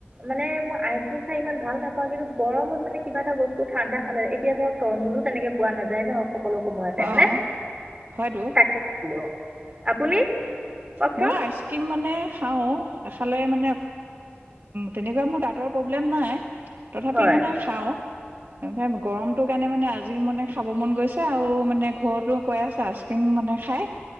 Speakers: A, on the right; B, on the right.
A: মানে মোৰ আই খাই ইমান ভাল নাপাওঁ কিন্তু গৰত মানে কিবা এটা বস্তু ঠাণ্ডা খালে, এতিয়া ধৰক তৰমজু তেনেকে পোৱা নাযায় ন'। সকলো সময়তে হয়নে?
B: অ হয়তো।
A: তাকে আছিলোঁ, আপুনি? কওকচোন
B: মই আইছ কিম মানে খাওঁ খালে মানে তেনেকুৱা মোৰ দাঁতৰ প্ৰব্লেম নাই। তথাপি
A: হয়
B: মানে খাওঁ। এনেকে গৰমটোৰ কাৰণে মানে আজি মানে খাব মন গৈছে আৰু মানে ঘৰতো কৈ আছে আইচক্ৰীম মানে খাই।